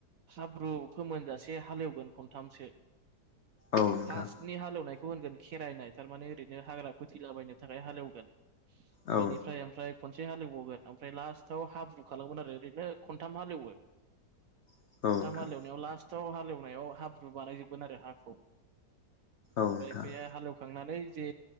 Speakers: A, on the right; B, on the left.
A: हाब्रु फोमोनजासे हालेवगोन खनथामसो
B: औ नोंथां औ नोंथां
A: फासटनि हालेवनाय बेखौ होनगोन खेरायनाय थारमाने ओरैनो हाग्रा फोथैलाबायनो थाखाय हालेवगोन
B: औ
A: बेनिफ्राय ओमफ्राय खनसे हालेवबावगोन ओमफ्राय लास्टाव हाब्रु खालामगोन आरो ओरैनो खनथाम ह
B: नोंथां
A: खथाम हालेवनायाव लासथ याव हालेवनायाव हाब्रु बानायजोबगोन आरो हाखौ
B: औ नोंथां
A: ओमफ्राय बे हालेवखांनानै जे